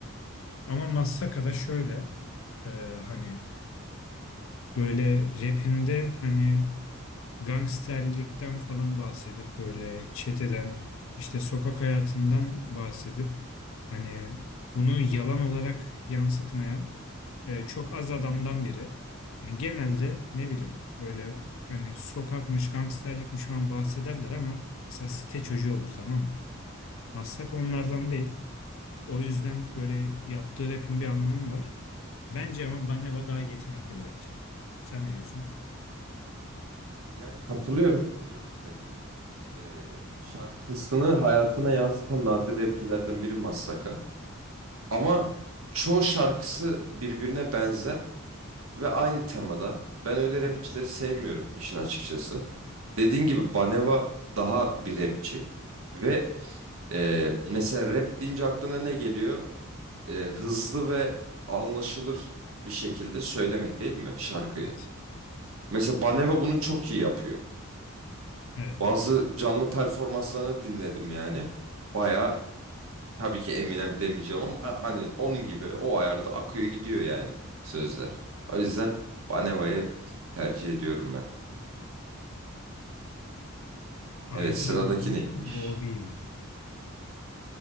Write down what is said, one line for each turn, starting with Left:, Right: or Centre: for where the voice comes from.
Left: Ama Massaka'da şöyle e, hani böyle rapinde hani gangsterlikten falan bahsedip böyle çeteden işte sokak hayatından bahsedip hani bunu yalan olarak yansıtmayan e, çok az adamdan biri. Yani genelde ne bileyim böyle hani sokakmış gangsterlikmiş falan bahsederler ama mesela site çocuğu olur tamam mı? Massaka onlardan değil. O yüzden böyle yaptığı rapin bir anlamı var. Bence ama Baneva daha yetenekli bir rapçi. Sen ne diyorsun?
Right: Yani katılıyorum dediklerine. Ee, şarkısını hayatına yansıtan nadir rapçilerden biri Massaka. Ama çoğu şarkısı birbirine benzer ve aynı temada. Ben öyle rapçileri sevmiyorum işin açıkçası. Dediğin gibi Baneva daha bir rapçi. Ve e, mesela rap deyince aklına ne geliyor? E, hızlı ve anlaşılır bir şekilde söylemek değil mi şarkıyı?
Left: Evet.
Right: Mesela Baneva bunu çok iyi yapıyor.
Left: Evet
Right: Bazı
Left: doğru.
Right: canlı performanslarını dinledim yani. Baya tabii ki Eminem demeyeceğim ama ha- hani onun gibi o ayarda akıyor gidiyor yani sözler. O yüzden Baneva'yı tercih ediyorum ben.
Left: Ayben
Right: Evet sıradaki neymiş?
Left: mi, Bobby mi?